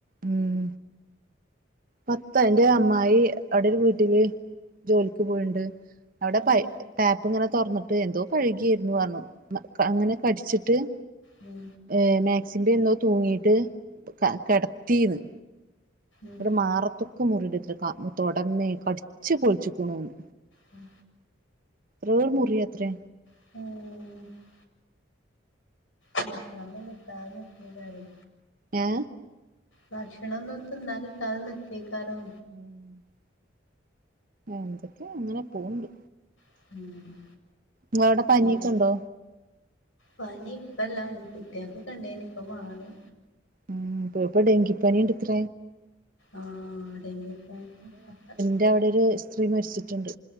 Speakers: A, on the right; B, on the left.
A: ഉം. പത്തെ എന്റെ അമ്മായി അടൊര് വീട്ടില് ജോലിക്ക് പോയിണ്ട് അവിടെ
B: ഉം
A: പ ടാപ്പ് ഇങ്ങനെ തുറന്നിട്ട് എന്തോ കഴുകയിരുന്നു റഞ്ഞു മ ക അങ്ങനെ കടിച്ചിട്ട്-
B: ഉം.
A: ഏയ് മാക്സിന്റെ എന്തോ തൂങ്ങിട്ട് ക കേടത്തീന്ന്.
B: ഉം
A: ങ്ങട് മാറത്ത്കുമുറി <unintelligible> ക തൊടന്ന് കട്ച്ചി പപൊളിച്ചിക്ക്ണൂന്ന്.
B: മ്.
A: വേഹ് മുറിയത്രേ.
B: ആഹ് ഭക്ഷണന്നും കിട്ടാതെക്കേക്കരേ.
A: ഞാ
B: ഭക്ഷണന്നും തിന്നാൻ കിട്ടാതെ നിക്കെക്കാരം
A: <unintelligible> എന്തക്യോ അങ്ങനെ പോവുണ്ട്
B: ഉം
A: ങ്ങളവ്ടെ പനിയൊക്കണ്ടോ
B: ഇത് പനി ഇപ്പല്ലാ കുട്ടിയക്കെക്കണ്ടേനി ഇപ്പ മാറി
A: ഉം പെ പ്പെ ഡെങ്കിപനിണ്ടത്ര
B: ആഹ് ഡെങ്കി പൂ ഹ ഹ ഹേ.
A: ന്റെ അവടൊരു സ്ത്രീ മരിച്ചിട്ട്ണ്ട്